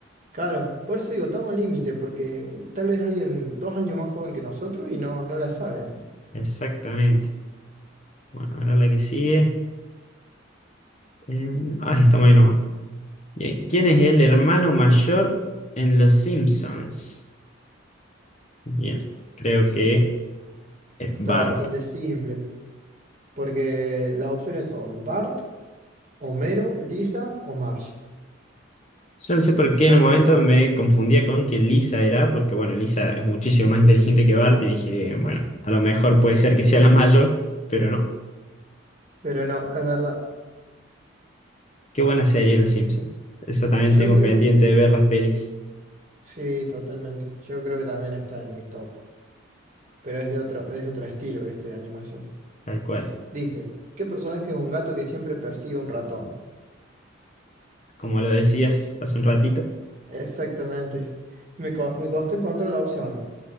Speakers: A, on the right; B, on the left.
A: Claro, por eso digo, estamos al límite, porque uh, tal vez alguien dos años más joven que nosotros y no, no la sabe eso.
B: Exactamente. Bueno, ahora la que sigue. Eh, ah, estamos ahí nomás. Bien. ¿Quién es el hermano mayor en Los Simpsons? Bien, creo que es
A: Está
B: Bart.
A: bastante simple, porque las opciones son Bart, Homero, Lisa o Marge.
B: Yo no sé por qué
A: Tanto,
B: en un momento me confundía con que Lisa era, porque bueno, Lisa es muchísimo más inteligente que Bart y dije, bueno, a lo mejor puede ser que sea la mayor, pero no.
A: pero no, es verdad.
B: Qué buena serie Los Simpsons. Esa también
A: Yo
B: tengo
A: creo,
B: pendiente de ver las pelis,
A: sí, totalmente. Yo creo que también está en mi top, pero es de otro, es de otro estilo, ¿viste? De animación.
B: tal cual.
A: Dice, ¿qué personaje es un gato que siempre persigue un ratón?
B: Como lo decías hace un ratito.
A: Exactamente. Me, co- me costó encontrar la opción,